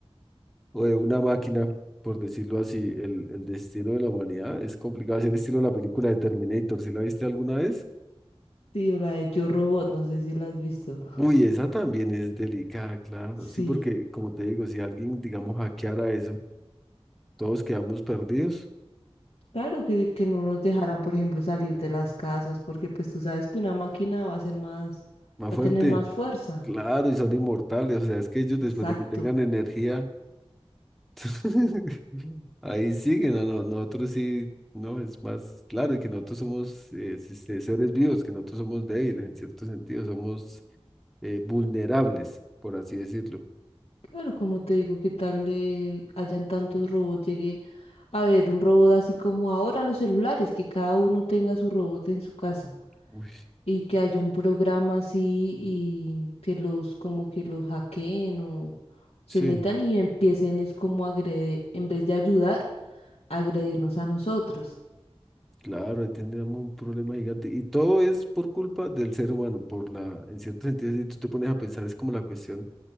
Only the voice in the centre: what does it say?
o de una máquina, por decirlo así, el, el destino de la humanidad es complicado. Así en estilo la película de Terminator, ¿Si la viste alguna vez?
Uy, esa también es delicada, claro.
Sí, porque como te digo, si alguien, digamos, hackeara eso, todos quedamos perdidos.
Más
fuerte.
Claro, y son inmortales. O sea, es que ellos
después de que tengan energía, <laughs> ahí siguen. a no- nosotros sí, no, es más claro. Y que nosotros somos eh, se- seres vivos, que nosotros somos débiles en cierto sentido. Somos eh, vulnerables, por así decirlo.
Uy,
sí,
claro, ahí tendríamos un problema gigante. Y todo es por culpa del ser humano, por la, en cierto sentido, si tú te pones a pensar, es como la cuestión,